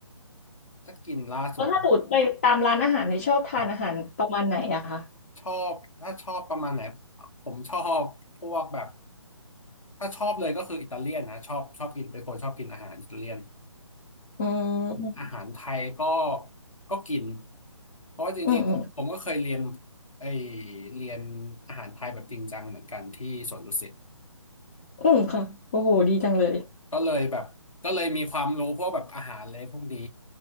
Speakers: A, on the left; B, on the left.
A: ถ้ากินล่าสุด
B: แล้วถ้าสูตไปตามร้านอาหารเนี่ยชอบทานอาหารประมาณไหนอะคะ
A: ครับ ชอบถ้าชอบประมาณไหนผมชอบพวกแบบถ้าชอบเลยก็คืออิตาเลียนนะชอบชอบกินเป็นคนชอบกินอาหารอิตาเลียน
B: อื
A: อาหารไทยก็
B: ม
A: ก็กินเพราะว่าจริงๆผมก็เคยเรียน
B: อืมอืม
A: ไอเรียนอาหารไทยแบบจริงจังเหมือนกันที่สวนดุสิต
B: อืมค่ะ โอ้โหดีจังเลย
A: ก็เลยแบบก็เลยมีความรู้พวกแบบอาหารเลยพวกนี้